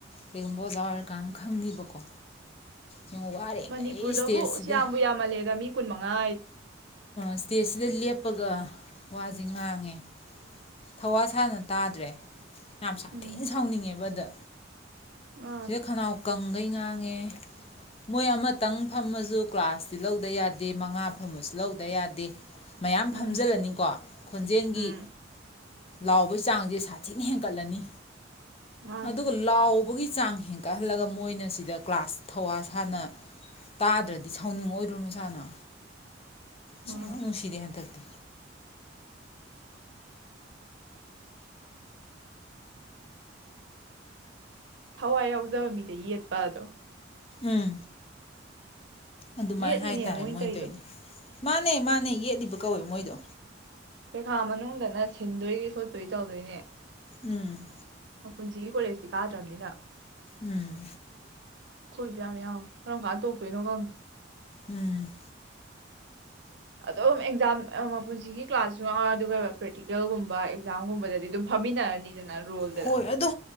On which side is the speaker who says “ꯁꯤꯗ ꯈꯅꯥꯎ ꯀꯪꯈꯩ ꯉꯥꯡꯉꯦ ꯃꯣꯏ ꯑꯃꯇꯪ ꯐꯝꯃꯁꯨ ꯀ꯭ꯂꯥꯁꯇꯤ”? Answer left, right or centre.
Left